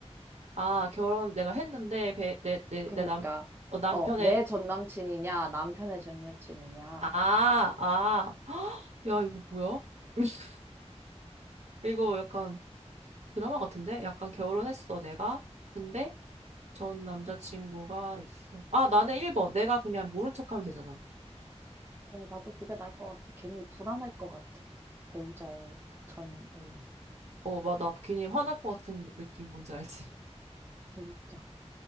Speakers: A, on the right; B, on the right.
A: 아, 결혼 내가 했는데, 배, 내, 내,
B: 그니까,
A: 내 남, 어, 남편의,
B: 어, 내 전 남친이냐, 남편의 전 여친이냐,
A: 아,
B: 이거.
A: 아. <gasps> 헉, 야, 이거 뭐야? <laughs> 이거 약간 드라마 같은데? 약간 결혼했어, 내가. 근데 전 남자친구가 있어. 아, 나는 1번. 내가 그냥 모른 척하면 되잖아.
B: 에, 나도 그게 나을 것 같아. 괜히 불안할 것 같아. 배우자의 전애인
A: 어, 막, 나 괜히 화날 것 같은 느낌 뭔지 알지?
B: 진짜.